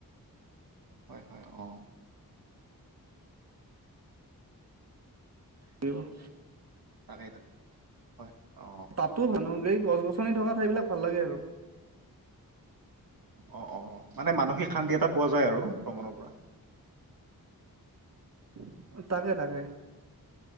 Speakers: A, on the right (about 70°); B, on the right (about 45°).
A: হয় হয় অ
B: কিব-
A: তাকেই টাক হয়। অ
B: তাতো ভানো এই গছ গছনি থকা ঠাইবিলাক ভাল লাগে আৰু-
A: অ অ মানে মানসিক শান্তি এটা পোৱা যায় আৰু ভ্ৰমণৰ পৰা। উ <inaudible>
B: তাকে তাকে